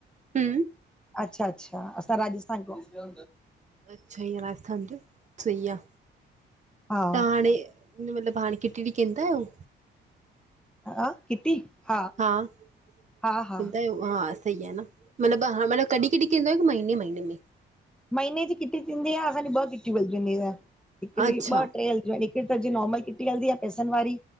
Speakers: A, on the right (about 35°); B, in the centre.
A: हु
B: अच्छा, अच्छा असां राजस्थान खो अ
A: अच्छा ईय राजस्थान जा सही आह,
B: हा
A: त हाणे उ मतिलब हाण किटनि कंदा आयो।
B: ह ह किटी हा
A: हा कन्दा
B: हा हा
A: आयो हा सही आह न मतिलब हा मतब कॾहिं कॾहिं कंदो आयो की महीने, महीने में?
B: महीने जी किटी थींदी आह असांजी ॿ किटी मिलधुयु हिकि
A: अच्छा
B: न ॿ टे हलधयू आ हिकडी त असांजी नॉर्मल किटी हलंदी आह पैसनि वारी,